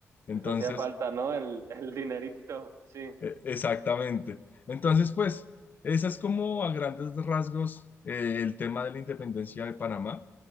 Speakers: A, on the left (about 40°); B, on the right (about 80°).
A: Entonces,
B: les hacía falta, ¿no? El, el dinerito, sí.
A: e- exactamente. Entonces, pues, esa es como a grandes rasgos eh, el tema de la independencia de Panamá.